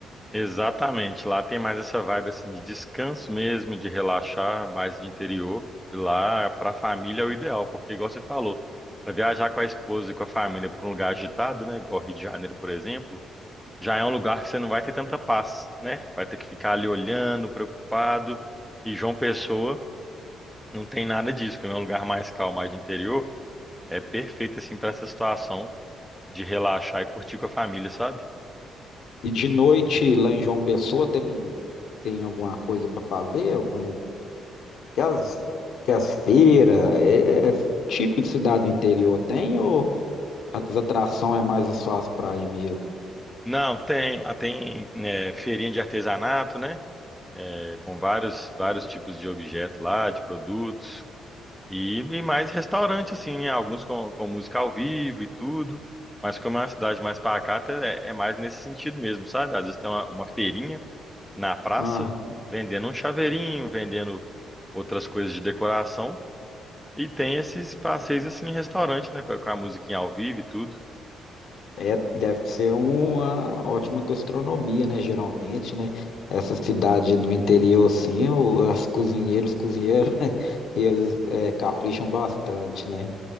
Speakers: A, in the centre; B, on the left.
A: exatamente. Lá tem mais essa vibe assim de descanso mesmo, de relaxar, mais de interior. E lá para a família é o ideal, porque igual você falou, para viajar com a esposa e com a família para um lugar agitado, né? Igual Rio de Janeiro, por exemplo já é um lugar que você não vai ter tanta paz, né? Vai ter que ficar ali olhando, preocupado. E João Pessoa não tem nada disso, como é um lugar mais calmo, mais de interior, é perfeito assim para essa situação de relaxar e curtir com a família, sabe?
B: E de noite lá em João Pessoa tem, tem alguma coisa para fazer? Algum, que as, que as feiras, é, é tipo de cidade do interior tem ou as atrações é mais só as praias mesmo?
A: Não, tem, lá tem né, feirinha de artesanato, né? É, com vários, vários tipos de objetos lá, de produtos, e, e mais restaurante, assim, né? Alguns com, com música ao vivo e tudo. Mas como é uma cidade mais pacata, é, é mais nesse sentido mesmo, sabe? Às vezes tem uma, uma feirinha na praça,
B: Ah,
A: vendendo um chaveirinho, vendendo outras coisas de decoração. E tem esses passeios assim em restaurante, né? Com a com a musiquinha ao vivo e tudo.
B: É, deve ser uma ótima gastronomia, né? Geralmente, né? Essa cidade do interior, assim, o- as cozinheiros, os cozinheiros, <laughs> eles é, capricham bastante, né?